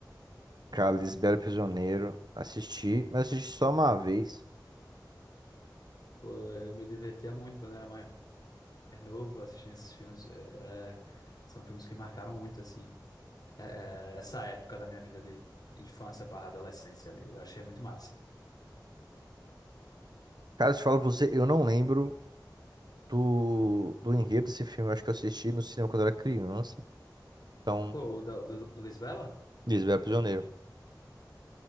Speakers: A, on the right; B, on the left.
A: Cara, Lisbela e o Prisioneiro, assisti, mas assisti só uma vez.
B: Pô, eu me divertia muito quando era mais novo assistindo esses filmes. É, é, são filmes que marcaram muito, assim, é, é, essa época da minha vida de infância barra adolescência ali. Eu achei muito massa.
A: Cara, se eu falo pra você, eu não lembro do, do enredo desse filme. Eu acho que eu assisti no cinema quando eu era criança. Então,
B: Pô, o, da, o do Lisbela?
A: Lisbela e o Prisioneiro.